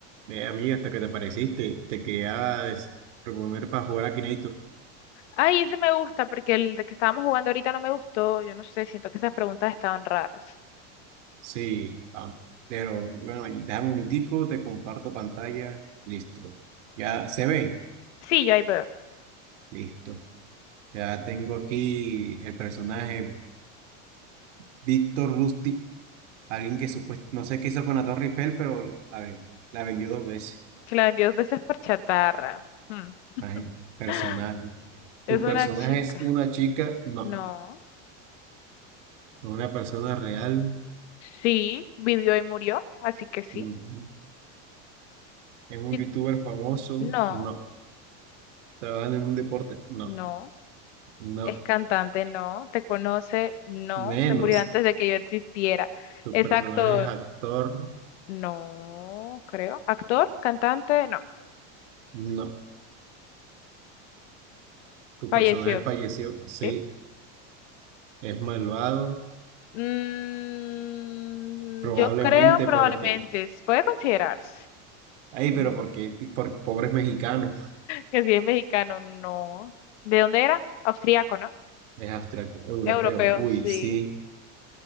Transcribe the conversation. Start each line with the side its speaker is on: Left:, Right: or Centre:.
Right: Eh, amiga, hasta que te apareciste, te quería des- proponer para jugar a Kinator.
Left: Ay, ese me gusta porque el de que estábamos jugando ahorita no me gustó. Yo no sé, siento que esas preguntas estaban raras.
Right: Sí, ah, pero bueno, déjame un minutico, te comparto pantalla, listo. Ya se ve,
Left: Sí, ya ahí veo.
Right: listo. Ya tengo aquí el personaje Víctor Rusty, alguien que supuestamente, no sé qué hizo con la Torre Eiffel, pero la, ven- la vendió dos veces.
Left: Que la vendió dos veces por chatarra. Hmm.
Right: Imagínate, personaje.
Left: <gasps> Es
Right: ¿Tu
Left: una
Right: personaje
Left: chica.
Right: es una chica? No.
Left: No.
Right: ¿Una persona real?
Left: Sí, vivió y murió, así que sí.
Right: Ujú. ¿Es un
Left: Y-
Right: youtuber famoso?
Left: No,
Right: No. trabajan en un deporte. No,
Left: no.
Right: no,
Left: Es cantante, no. Te conoce, no.
Right: menos.
Left: Se murió antes de que yo existiera.
Right: Tu
Left: Es
Right: personaje
Left: actor,
Right: es actor.
Left: no, creo. Actor, cantante, no.
Right: No, tu
Left: Falleció.
Right: personaje falleció. Sí,
Left: Sí.
Right: es malvado.
Left: Mm,
Right: Probablemente
Left: yo creo probablemente,
Right: porque.
Left: s- puede considerarse
Right: Ay,
Left: Ujú.
Right: pero porque por pobres mexicanos.
Left: que si es mexicano, no. ¿De dónde era? Austriaco, ¿no?
Right: Es abstracto europeo.
Left: Europeo,
Right: Uy,
Left: sí.
Right: sí.